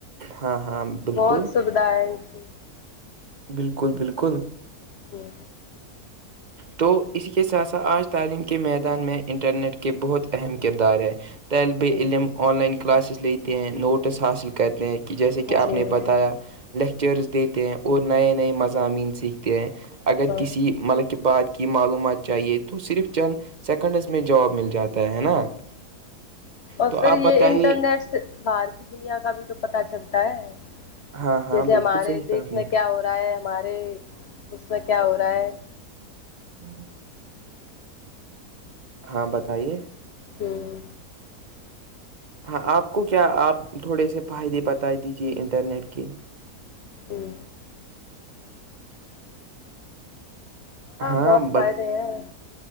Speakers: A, on the right; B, on the left.
A: ہاں ہاں بالکل
B: بہت سویدھ ہے اس سے
A: بالکل بالکل
B: تو <unintelligible>
A: تو اسی کے ساتھ ساتھ آج تعلیم کے میدان میں انٹرنیٹ کے بہت اہم کردار ہے طالب
B: ہوں
A: علم آن لائن کلاسز لیتے ہیں نٹس حاصل کرتے ہیں کہ جیسے
B: جی
A: کہ آپ نے
B: ہاں
A: بتایا لیکچرز دیتے ہیں اور نئے نئے مضامین سیکھتے ہیں اگر
B: ہاں ہ
A: کسی مطلب کہ بات کی معلومات چاہیے تو صرف چند سیکنڈز میں جاب مل جاتا ہے نا <inaudible>
B: اور
A: تو
B: پھر
A: آپ
B: یہ
A: بتائیے
B: انٹرنیٹ سے باہر کی دنیا کا بھی تو پت چلتا ہے
A: ہاں ہاں
B: جیسے
A: بالکل
B: ہمارے
A: صحیح
B: دیس
A: کہا آپ نے
B: میں کیا ہو رہا ہے ہمارے اس میں کیا ہو رہا ہے
A: ہوں ہاں بتائیے
B: ہ
A: ہاں آپ کو کیا آپ تھوڑے سے فائدے بتا دیجیے انٹرنیٹ کے
B: ہ
A: ہاں
B: بہت
A: ب
B: فائدے ہیں